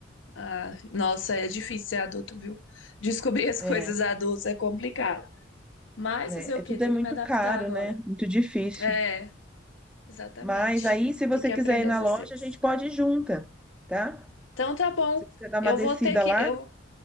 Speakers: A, on the left (about 85°); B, in the centre.
A: ah, nossa, é difícil ser adulto, viu? Descobrir as
B: É,
A: coisas adultas é complicado. Mas
B: é,
A: fazer o
B: é-
A: quê?
B: tudo
A: Tem
B: é muito
A: que me adaptar
B: caro,
A: agora.
B: né? Muito difícil.
A: É, exatamente.
B: Mas aí, se você
A: Tem que aprender
B: quiser ir na
A: as receitas.
B: loja, a gente pode ir junta, tá?
A: Então tá bom.
B: Se você dar
A: Eu
B: uma descida
A: vou ter que
B: lá,
A: eu,